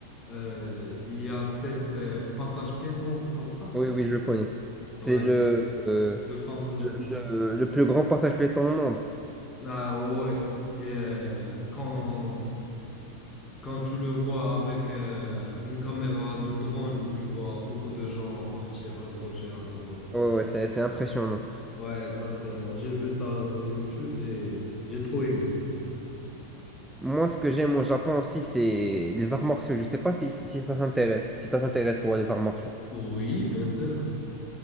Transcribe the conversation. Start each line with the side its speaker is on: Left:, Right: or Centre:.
Left: Euh, il y a cet euh, passage piéton comme ça.
Centre: Oui, oui, je connais. C'est
Left: Ouais,
Centre: le, euh,
Left: le fameux.
Centre: le, le plus grand partage pétant au monde.
Left: Ah ouais, Et, euh, quand, quand tu le vois avec euh, une caméra de drone, tu vois beaucoup de gens partir à gauche et à droite.
Centre: Ouais, ouais, c'est c'est impressionnant.
Left: Ouais, exactement. J'ai vu ça dans YouTube et j'ai trop aimé.
Centre: Moi, ce que j'aime au Japon aussi, c'est les arts martiaux. Je sais pas si, si ça t'intéresse. si ça t'intéresse, toi, les arts martiaux.
Left: Oui, bien sûr.